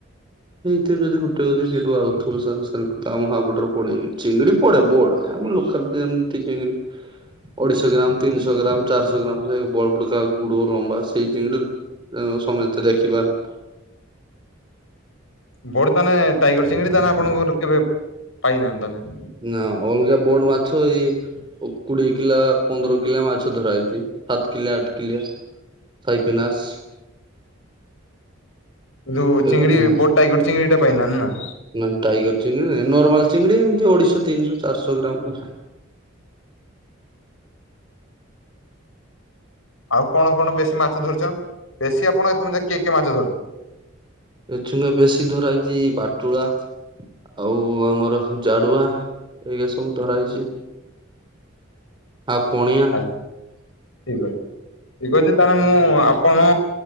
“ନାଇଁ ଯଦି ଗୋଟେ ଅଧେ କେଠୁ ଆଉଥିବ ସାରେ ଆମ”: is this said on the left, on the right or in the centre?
Right